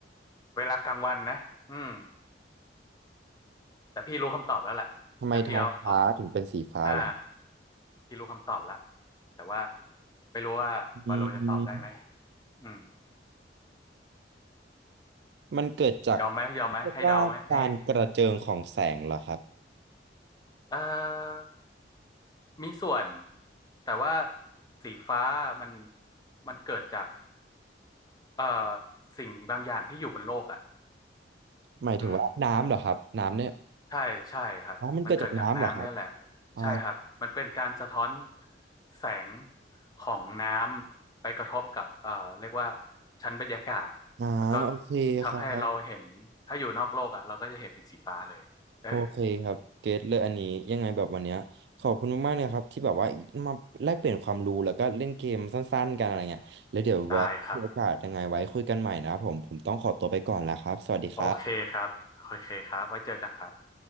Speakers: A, on the left; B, on the right.
A: เวลากลางวันนะอืม แต่พี่รู้คำตอบแล้วแหละแต่พี่เอาเอา
B: ทำไมท้องฟ้าถึงเป็นสีฟ้าเหรอ
A: อ่าพี่รู้คำตอบแล้วแต่ว่าไม่รู้ว่าวาโลจะตอบได้ไหม
B: อืม
A: อืม
B: มันเกิดจาก
A: ยอมไหมยอมไหมให้เดาไหมให้
B: เรียกว่าการกระเจิงของแสงเหรอครับ
A: เอ่อมีส่วนแต่ว่าสีฟ้ามันมันเกิดจากเอ่อสิ่งบางอย่างที่อยู่บนโลกอ่ะ
B: หมายถึงว่าน้ำเหรอครับน้ำเนี่ย
A: อืม ใช่ใช่ครับมันเกิดจากน้ำเนี่ยแหละ
B: อ๋อมันเกิดจากน้ำเหรอครับอ่า
A: ใช่ครับมันเป็นการสะท้อนแสงของน้ำไปกระทบกับเอ่อเรียกว่าชั้นบรรยากาศแล้วก็
B: อ่าโอเคครับ
A: ทำให้เราเห็นถ้าอยู่นอกโลกอ่ะเราก็จะเห็นเป็นสีฟ้าเลยเออ
B: โอเคครับเก็ตเลยอันนี้ยังไงแบบวันเนี้ยขอบคุณมากๆเลยครับที่แบบว่ามาแลกเปลี่ยนความรู้แล้วก็เล่นเกมสั้นๆกันอะไรเงี้ยแล้วเดี๋ยวไว้มีโอกาสยังไงไว้คุยกันใหม่นะครับผมผมต้องขอตัวไปก่อนแล้วครับสวัสดีครับ
A: ได้ครับโอเคครับโอเคครับไว้เจอกันครับ